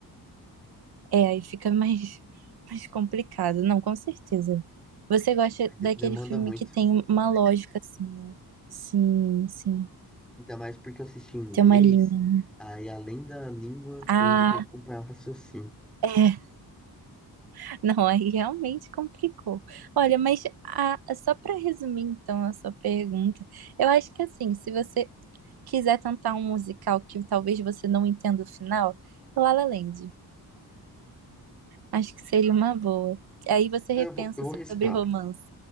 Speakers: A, on the right; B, in the centre.
A: É, aí fica mais, <laughs> mais complicado. Não, com certeza. Você gosta
B: de-
A: daquele
B: demanda
A: filme
B: muito.
A: que tem uma lógica, assim, né? Sim, sim.
B: Ainda mais porque eu assisti em inglês,
A: Tem uma linha.
B: aí além da língua,
A: Ah,
B: eu ainda tenho que acompanhar o raciocínio.
A: é. <laughs> Não, aí realmente complicou. Olha, mas a- só para resumir, então, a sua pergunta, eu acho que, assim, se você quiser tentar um musical que talvez você não entenda o final, La La Land. Acho que seria uma boa. Aí você
B: É,
A: repensa
B: Eu vou, eu vou riscar.
A: sobre romance.